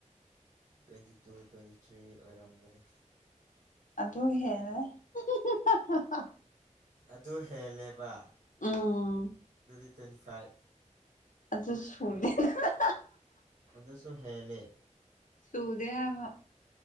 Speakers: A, on the right; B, on the left.
A: ꯇ꯭ꯋꯦꯟꯇꯤ ꯇꯨ ꯇ꯭ꯋꯦꯟꯇꯤ ꯊ꯭ꯔꯤ ꯑꯣꯏꯔꯝꯒꯅꯤ
B: ꯑꯗꯨ ꯍꯦꯂꯦ <unintelligible>
A: ꯑꯗꯨ ꯍꯦꯜꯂꯦꯕ
B: ꯎꯝ
A: ꯑꯗꯨꯗꯤ ꯇ꯭ꯋ‌ꯦꯟꯇꯤ ꯐꯥꯏꯚ
B: ꯑꯗꯨꯁꯨ ꯁꯨꯗꯦ <unintelligible>
A: ꯑꯗꯨꯁꯨ ꯍꯦꯂꯦ
B: ꯁꯨꯗꯦ ꯍꯥꯏꯕ